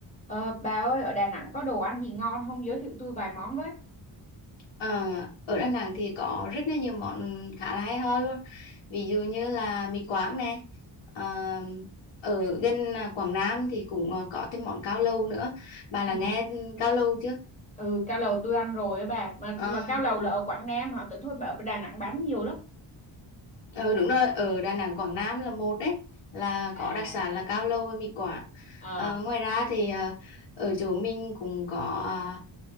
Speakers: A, on the left; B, on the left.
A: Ờ, bà ơi ở Đà Nẵng có đồ ăn gì ngon không giới thiệu tôi vài món với
B: Ờ, ở Đà Nẵng thì có rất là nhiều món khá là hay ho luôn ví dụ như là mì Quảng nè ờ, ở gần à, Quảng Nam thì cũng à, có thêm món cao lầu nữa bà là
A: Ừ.
B: nghe cao lầu chưa
A: ừ cao lầu tôi ăn rồi á bà mà
B: Ờ,
A: mà cao lầu là ở Quảng Nam hả tại thôi bà ở Đà Nẵng bán nhiều lắm
B: ờ, đúng rồi ở Đà Nẵng Quảng Nam là một đấy là
A: à
B: có đặc sản là cao lầu với mì Quảng
A: ờ
B: Ờ, ngoài ra thì à, ở chỗ mình cũng có à,